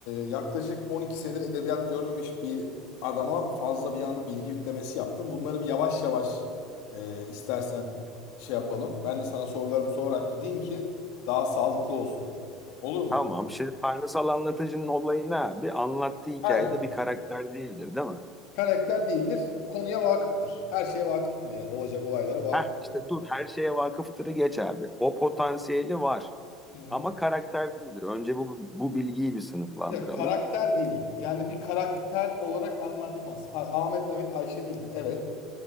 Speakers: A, on the left; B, in the centre.
A: yaklaşık 12 senedir edebiyat görmemiş bir adama fazla bir anda bilgi yüklemesi yaptım. Bunları bir yavaş yavaş e, istersen şey yapalım. Ben de sana sorularımı sorarak gideyim ki daha sağlıklı olsun. Olur mu?
B: Tamam. Şimdi tanrısal anlatıcının olayı ne abi? Anlattığı hikayede
A: Aynen.
B: bir karakter değildir, değil mi?
A: Karakter değildir, konuya vakıftır. Her şeye vakıftır yani. Olacak olaylara vakıf.
B: Heh, işte dur her şeye vakıftırı geç abi. O potansiyeli var.
A: Hı hı.
B: Ama karakter değildir. Önce bu, bu bilgiyi bir sınıflandıralım.
A: Bir de karakter değildir. Yani bir karakter olarak anlatmaz. Ah- Ahmet, Mehmet, Ayşe değildir. Evet.